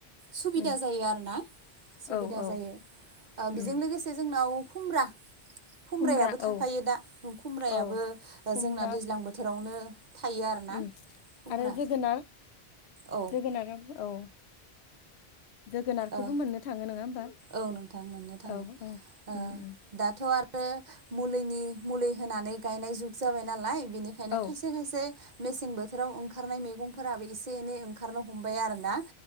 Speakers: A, on the right; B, on the left.
A: सुबिदा
B: उम
A: जायो आरोना सुबिदा
B: औ औ
A: जायो ओ बिजों
B: उम
A: लोगोसे जोंनाव खुमब्रा खुमब्रायाबो
B: खुमब्रा
A: थाफायो
B: औ
A: दा खुमब्रायाबो
B: औ खुमब्रा
A: जोंना दैज्लां बोथोरावनो थायो आरोना
B: उम
A: खुमब्रा
B: आरो जोगोनार
A: औ
B: जोगोनारा औ जोगोनारखौबो
A: ओ
B: मोननो थाङो नङा होमबा?
A: औ नोंथां मोननो थाङो
B: औ औ
A: ओ
B: उम उम
A: दाथ' आरो आरो मुलिनि मुलि होनानै गायनाय जुग जाबाय नालाय बेनिखायनो
B: औ
A: खायसे खायसे मेसें बोथोराव ओंखारनाय मैगंफोराबो एसे एनै ओंखारनो हमबाय आरो ना